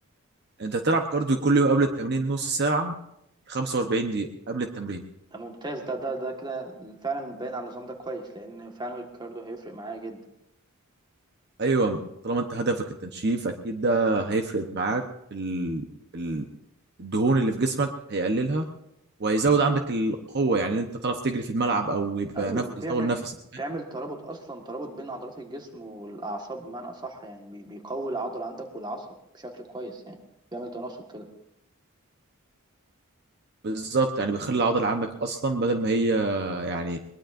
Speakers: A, on the right; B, on the right.
A: انت هتلعب كارديو كل يوم قبل التمرين نص ساعة 45 دقيقة قبل التمرين
B: ده ممتاز ده ده ده كده فعلا باين على النظام ده كويس لأن فعلا الكارديو هيفرق معايا جدا
A: ايوه طالما انت هدفك التنشيف اكيد ده هيفرق معاك في ال... في ال- الدهون اللي في جسمك هيقللها وهيزود عندك القوة يعني ان انت تعرف تجري في الملعب او يبقى
B: ايوه
A: نف...
B: بيعمل
A: يطول نفسك
B: بيعمل ترابط اصلا ترابط بين عضلات الجسم والاعصاب بمعنى اصح يعني بي- بيقوي العضله عندك والعصب بشكل كويس يعني بيعمل تناسق كده
A: بالظبط يعني بيخلي العضله عندك اصلا بدل ما هي يعني